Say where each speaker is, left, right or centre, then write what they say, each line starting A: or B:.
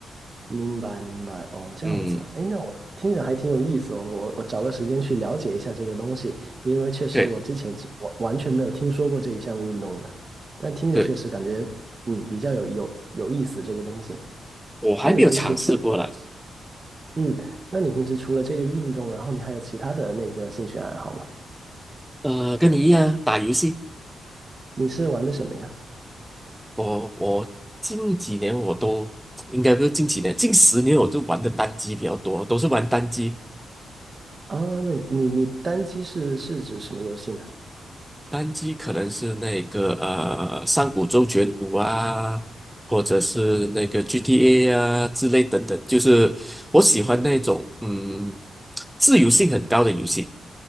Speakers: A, on the right (about 30°); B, in the centre.
A: 明白明白，哦，这样子啊，
B: 嗯，
A: 哎，那我听着还挺有意思哦，我我找个时间去了解一下这个东西，因为确实我之前是完完全没有听说过这一项运动的，
B: 对
A: 但听着确实感觉，
B: 对，
A: 嗯，比较有有有意思这个东西。
B: 我还没有尝试过了。
A: 那你平时除了，嗯，那你平时除了这个运动，然后你还有其他的那个兴趣爱好吗？
B: 呃，跟你一样打游戏，
A: 你是玩的什么呀？
B: 我我近几年我都应该不是近几年，近十年我都玩的单机比较多，都是玩单机。
A: 啊，那你你单机是是指什么游戏呢？
B: 单机可能是那个呃《上古周卷五》啊，或者是那个 GTA 啊之类等等，就是我喜欢那种嗯
A: 嗯，
B: 自由性很高的游戏，